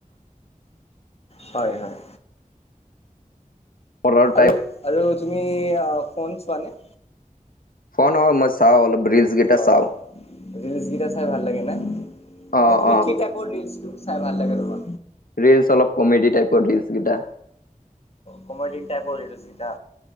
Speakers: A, on the left; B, on the left.
A: হয় হয়।
B: হৰৰ টাইপ
A: আৰু আৰু তুমি ফোন চোৱানে?
B: <unintelligible> মই চাও অলপ ৰিলচ কেইটা
A: অ
B: চাওঁ
A: ৰিলচ কেইটা চাই ভাল লাগে না? এনে
B: অ',
A: তুমি
B: অ',
A: কি টাইপ ৰিলচ চাই ভাল লাগে তোমা
B: ৰিলচ অলপ কমেডি টাইপৰ ৰিলচ কেইটা।
A: কমেডিন টাইপ ৰিলচ কেইটা